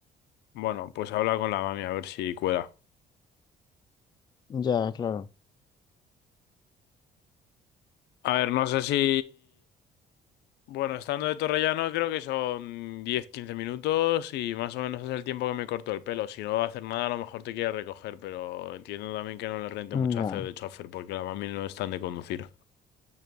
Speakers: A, on the left; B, on the left.
A: bueno, pues habla con la mami a ver si cuela.
B: ya, claro.
A: A ver, no sé si Bueno, estando de Torrellano creo que son diez quince minutos y más o menos es el tiempo que me corto el pelo. Si no va a hacer nada, a lo mejor te quiere recoger, pero entiendo también que no le rente
B: Ya.
A: mucho hacer de chofer porque la mami no están de conducir.